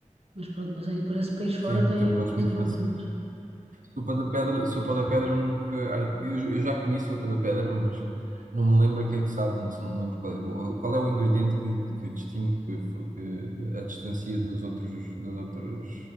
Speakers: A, on the right; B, on the right.
A: Mas pronto, mas aí por esse país fora
B: Sim,
A: tem
B: também gosto
A: coisas
B: muito de
A: muito
B: fazer.
A: boas.
B: Sopa da pedra, sopa da pedra nunca. ah, Eu, eu já comi sopa da pedra, mas não me lembro a que é que sabe, não, não me lembro qual, é o qual é o ingrediente que, que distingue que, que a distancia dos outros, dos outros